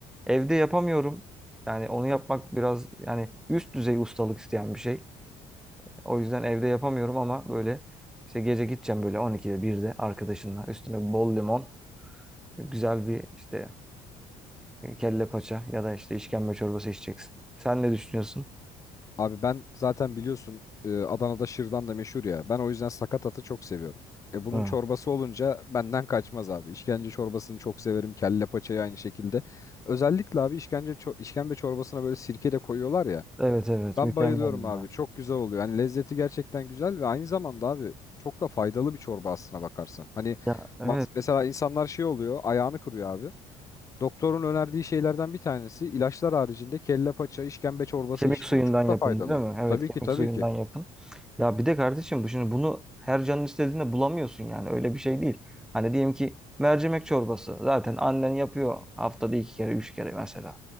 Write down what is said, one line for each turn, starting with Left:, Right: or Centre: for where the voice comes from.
Centre: Evde yapamıyorum. Yani onu yapmak biraz yani üst düzey ustalık isteyen bir şey. O yüzden evde yapamıyorum ama böyle işte gece gideceğim böyle 12'de 1'de arkadaşınla üstüne bol limon, güzel bir işte e, kelle paça ya da işte işkembe çorbası içeceksin. Sen ne düşünüyorsun?
Left: Abi ben zaten biliyorsun e, Adana'da şırdan da meşhur ya. Ben o yüzden sakatatı çok seviyorum. E bunun
Centre: Hı.
Left: çorbası olunca benden kaçmaz abi. İşkence çorbasını çok severim. Kelle paçayı aynı şekilde. Özellikle abi işkence ço- işkembe çorbasına böyle sirke de koyuyorlar ya.
Centre: Evet evet
Left: Ben
Centre: mükemmel.
Left: bayılıyorum
Centre: bunlar.
Left: abi. Çok güzel oluyor. Hani lezzeti gerçekten güzel ve aynı zamanda abi çok da faydalı bir çorba aslına bakarsan. Hani
Centre: Ya evet
Left: mas- mesela insanlar şey oluyor, ayağını kırıyor abi. Doktorun önerdiği şeylerden bir tanesi ilaçlar haricinde kelle paça, işkembe çorbası
Centre: Kemik
Left: iç
Centre: suyundan
Left: diyor. Çok
Centre: yapın
Left: da faydalı.
Centre: değil mi? Evet
Left: Tabii
Centre: kemik
Left: ki tabii
Centre: suyundan
Left: ki.
Centre: yapın. Ya bir de kardeşim bu şimdi bunu her canın istediğinde bulamıyorsun yani öyle bir şey değil. Hani diyelim ki mercimek çorbası zaten annen yapıyor haftada iki kere üç kere mesela.